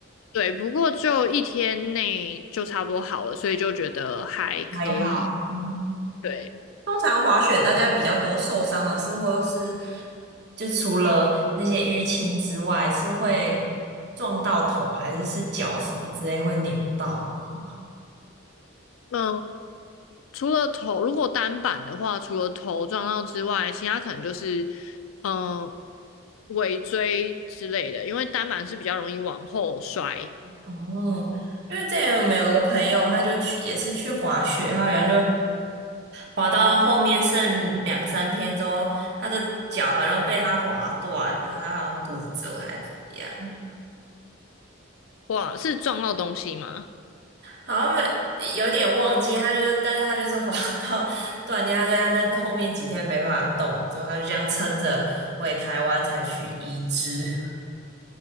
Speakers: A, on the left; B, on the right.
A: 对，不过就一天内就差不多好了，所以就觉得还可以。
B: 还好。嗯。
A: 对，
B: 通常滑雪大家比较多受伤的是，或是就是除了那些淤青之外，是会撞到头，还是是脚什么之类会扭到吗？
A: 嗯，除了头，如果单板的话，除了头撞到之外，其他可能就是嗯尾椎之类的，因为单板是比较容易往后摔。
B: 哦，因为之前我们有个朋友，他就去也是去滑雪，他好像就滑到后面剩两三天之后，他的脚好像被他滑断了，他好像骨折还是怎么样。
A: 哇，是撞到东西吗？
B: 好像没有点忘记，他就是，但是他就是滑 <laughs> 到断掉，他说他那后面几天没办法动，之后他就这样撑着回台湾才去移植。